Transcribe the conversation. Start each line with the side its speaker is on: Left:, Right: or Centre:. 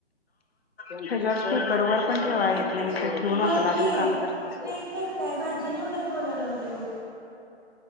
Left: वर स्पीकर वर पण ठेवा येत. नाही तर ठेवून
Right: बघ
Left: आपलं आपलं
Right: की
Left: काम करत.
Right: नाही तर काय भाजी निवडत बोलायला लागले बघ